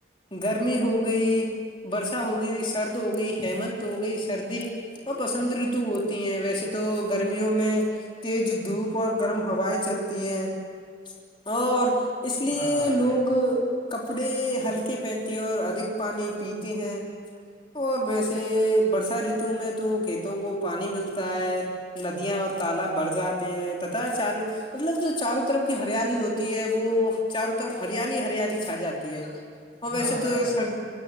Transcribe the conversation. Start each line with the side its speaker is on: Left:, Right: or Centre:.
Left: گرمی ہو گئی برسا ہوگئی سرد ہو گئی ہیمنت ہو گئی سردی ہو پسنت رتو ہوتی ہیں ویسے تو گرمیوں میں تیج دھوپ اور گرم ہوائیں چلتی ہیں اور اس لیے
Right: ہاں بھائی
Left: لوگ
Right: جان
Left: کپڑے ہلکے پہنتے ہیں اور ادھک پانی پیتے ہیں اور ویسے برسا ریتو میں تو کھیتوں کو پانی ملتا ہے ندیاں اور تالاب بڑھ جاتے ہیں تتا چار مطلب جو چاروں طرف کی ہریالی ہوتی ہے وہ چاروں طرف ہریالی ہریالی چھا جاتی ہے اور
Right: ہاں
Left: ویسے
Right: بھائی
Left: تو
Right: جان
Left: سرد